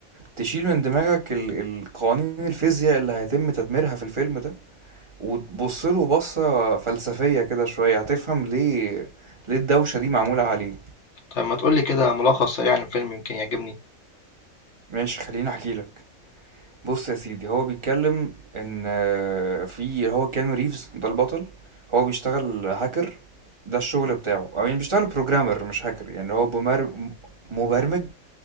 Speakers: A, on the right; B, on the left.
A: تشيل من دماغك ال- القوانين الفيزياء اللي هيتم تدميرها في الفيلم ده وتبص له بصة فلسفية كده شوية هتفهم ليه ليه الدوشة دي معمولة عليه
B: طيب ما تقول لي كده ملخص سريع عن الفيلم يمكن يعجبني
A: ماشي خليني احكي لك بص يا سيدي هو بيتكلم ان آه، في هو كيانو ريفز ده البطل هو بيشتغل هاكر ده الشغل بتاعه او يعني بيشتغل بروجرامر مش هاكر يعني هو بمر... م- مبرمج